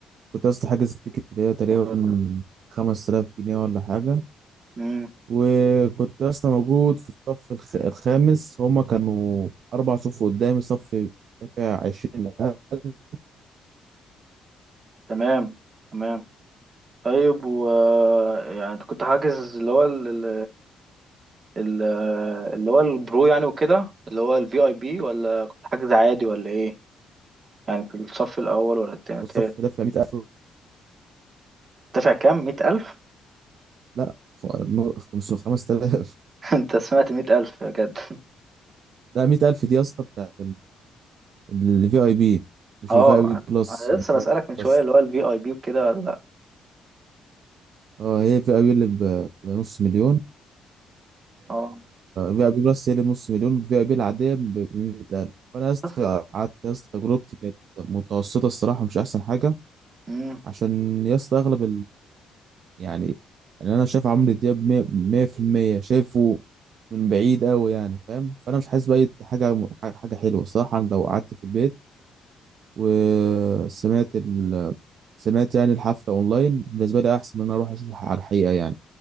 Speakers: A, on the right; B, on the right.
A: كنت يا اسطى حاجز التيكت اللي هي تقريبا 5000 جنيه ولا حاجة
B: امم
A: وكنت اصلا موجود في الصف الخ- الخامس هما كانوا اربع صف قدامي صف دافع عشرين ألف
B: تمام تمام طيب و يعني انت كنت حاجز اللي هو ال... ال... ال- اللي هو البرو يعني وكده اللي هو الفي اي بي ولا كنت حاجز عادي ولا ايه يعني في الصف الاول ولا التاني التالت؟
A: والصف دافع مية ألف
B: دافع كام مئة ألف
A: لا خمس خمس تلاف
B: <laughs> انت سمعت مئة ألف بجد
A: ده مية ألف دي يا اسطى بتاع الفي اي بي مش
B: اه
A: الفي اي بي بلس
B: انا
A: يعني
B: لسه
A: لا،
B: بسألك من شوية
A: بس
B: اللي هو الفي اي بي وكده ولا لا
A: اه هي في اي بي اللي ب- بنص مليون
B: اه
A: في اي بي بلس هي اللي بنص مليون في اي بي العادية ب 100000 فأنا يا اسطى
B: بس
A: قعدت يا اسطى تجربتي كانت متوسطة الصراحة مش أحسن حاجة
B: امم
A: عشان يا اسطى أغلب يعني يعني انا شايف عمرو دياب مية- 100% شايفه من بعيد قوي يعني فاهم فانا مش حاسس باي حاجه حاجه حلوه صح انا لو قعدت في البيت وسمعت ال... سمعت يعني الحفله اونلاين بالنسبه لي احسن من ان انا اروح اشوفها على الحقيقه يعني